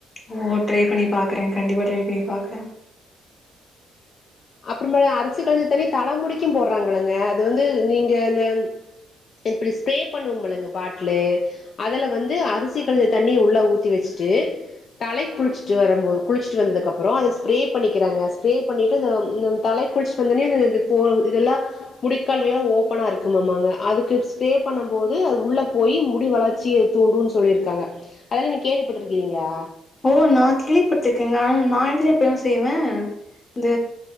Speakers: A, on the left; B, on the left.
A: ஓ ட்ரை பண்ணி பாக்கற கண்டிப்பா ட்ரை பண்ணி பாக்கற
B: அப்பறமா அரிச்சு கழிஞ்ச தணி தல முடிக்கு போடுறாங்களங்க அது வந்து நீங்க அந்த இப்டி ஸ்ப்ரே பண்ணுவோ முழுங்க பாட்லு அதுல வந்து அரிசி கழஞ்ச த தண்ணி உள்ள ஊத்தி வச்சுட்டு தலை குளிச்சிட்டு வரபோ குளிச்சுட்டு வந்ததுக்கப்பறோ அத ஸ்ப்ரே பண்ணிக்கிறாங்க ஸ்ப்ரே பண்ணிட்டு அந்த ம் தலை குளிச்சு வந்தொனே அ போ இதெல்லா முடிக்கால்கலா ஓப்பனா இருக்குமாங்கங்க அதுக்கு ஸ்ப்ரே பண்ணும் போது அது உள்ள போய் முடி வளர்ச்சி திய தூண்டுன்னனு சொல்லிருக்காங்க அதல்ல நீ கேள்விப்பட்ருக்கிறீங்களா
A: ஓ நா கேள்வி பத்திருக்கேங்க ஆனா நா எதுல எப்பயு செய்வே இந்த